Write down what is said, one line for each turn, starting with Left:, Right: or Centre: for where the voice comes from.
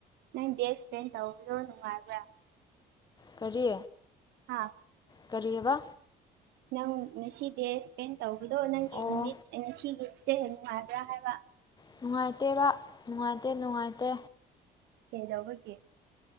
Right: ꯅꯪ ꯗꯦ ꯏꯁꯄꯦꯟ ꯇꯧꯕꯔꯣ ꯅꯨꯡꯉꯥꯏꯕ꯭ꯔꯥ
Left: ꯀꯔꯤ
Right: ꯍꯥꯥ
Left: ꯀꯔꯤꯕ
Right: ꯅꯪ ꯉꯁꯤ ꯗꯦ ꯏꯁꯄꯦꯟ ꯇꯧꯕꯗꯣ ꯅꯪꯒꯤ
Left: ꯑꯣ
Right: ꯅꯨꯃꯤꯠ ꯉꯁꯤꯒꯤꯗ ꯅꯨꯡꯉꯥꯏꯕ꯭ꯔꯥ ꯍꯥꯏꯕ
Left: ꯅꯨꯡꯉꯥꯏꯇꯦꯕ ꯅꯨꯡꯉꯥꯏꯇꯦ ꯅꯨꯡꯉꯥꯏꯇꯦ꯫
Right: ꯀꯩꯗꯕꯒ